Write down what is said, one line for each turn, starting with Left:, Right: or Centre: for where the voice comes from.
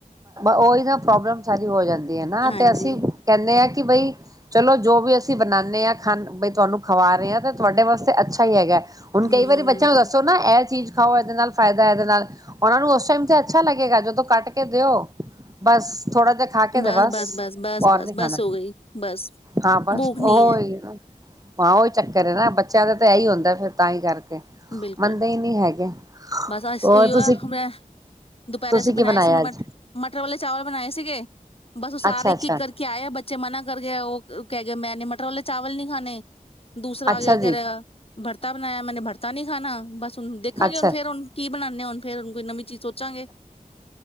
Right: ਉਹੀ ਨਾ ਪ੍ਰੋਬਲਮ ਸਾਰੀ ਹੋ ਜਾਂਦੀ ਹੈ, ਨਾ
Left: ਹਾਂਜੀ
Right: ਤੇ ਅਸੀਂ ਕਿ ਬਈ ਚਲੋ, ਜੋ ਵੀ ਅਸੀਂ ਬਣਾਨੇ ਹਾਂ ਖਾਨ ਬਈ ਤੁਹਾਨੂੰ ਖਵਾ ਰਹੇ ਹਾਂ ਤਾਂ ਤੁਹਾਡੇ ਵਾਸਤੇ ਅੱਛਾ ਹੀ ਹੈਗਾ। ਹੁਣ
Left: ਹਮ
Right: ਕਈ ਵਾਰੀ ਬੱਚਿਆਂ ਨੂੰ ਦੱਸੋ ਨਾ ਇਹ ਚੀਜ਼, ਖਾਓ ਇਹਦੇ ਨਾਲ ਫਾਇਦਾ ਹੈ, ਇਹਦੇ ਨਾਲ ਉਹਨਾਂ ਨੂੰ ਉਸ ਟਾਈਮ ਤੇ ਅੱਛਾ ਲੱਗੇਗਾ, ਜਦੋਂ ਕੱਟ ਕੇ ਦਿਓ ਬਸ। ਥੋੜਾ ਜਿਹਾ ਖਾ ਕੇ ਤੇ
Left: ਬਸ ਬਸ ਬਸ ਬਸ ਬਸ
Right: ਔਰ ਨੀ ਖਾਣਾ
Left: ਬਸ, ਹੋ ਗਈ ਬਸ
Right: ਹਾਂ ਬਸ
Left: ਭੂਖ ਨਹੀਂ
Right: ਉਹ
Left: ਹੈ
Right: ਹੀ ਨਾ ਹਾਂ ਉਹੀ ਚੱਕਰ ਹੈ ਨਾ ਬੱਚਾ, ਦਾ ਤਾਂ ਇਹੀ ਹੁੰਦਾ ਫਿਰ ਤਾਂ ਹੀ ਕਰਕੇ।
Left: ਬਿਲਕੁਲ
Right: ਮੰਨਦੇ ਹੀ ਨਹੀਂ ਹੈਗੇ
Left: ਬਸ ਅ
Right: ਹੋਰ
Left: ਉਹੀ
Right: ਤੁਸੀਂ
Left: ਆ ਬ ਦੁਪਹਿਰੇ
Right: ਤੁਸੀਂ
Left: ਅਸੀਂ ਬਣਾਏ
Right: ਕੀ ਬਣਾਇਆ
Left: ਸੀ ਮ
Right: ਅੱਜ
Left: ਮਟਰ ਵਾਲੇ ਚਾਵਲ ਬਣਾਏ ਸੀਗੇ। ਬਸ ਉਹ ਸਾਰੇ
Right: ਅੱਛਾ
Left: ਇੱਕ
Right: ਅੱਛਾ
Left: ਇੱਕ ਕਰਕੇ ਆਏ ਬੱਚੇ ਮਨਾ ਕਰ ਗਿਆ ਉਹ, ਕਹਿ ਮੈਂ ਨੀ ਮਟਰੋਲੇ ਚਾਵਲ ਨੀ ਖਾਣੇ, ਦੂਸਰਾ
Right: ਅੱਛਾ
Left: ਆ ਗਿਆ ਕਹਿ
Right: ਜੀ
Left: ਰਿਹਾ ਭਰਤਾ, ਮੈਂ ਮੇਨੇ ਭਰ ਤ ਨਹੀਂ ਖਾਣਾ ਬਸ, ਦੇਖਾਂਗੇ
Right: ਅੱਛਾ
Left: ਹੁਣ ਫੇਰ ਹੁਣ ਕੀ ਬਣਾਨੇ ਆ ਹੁਣ, ਫੇਰ ਹੁਣ ਕੋਈ ਨਵੀ, ਚੀਜ ਸੋਚਾਂਗੇ,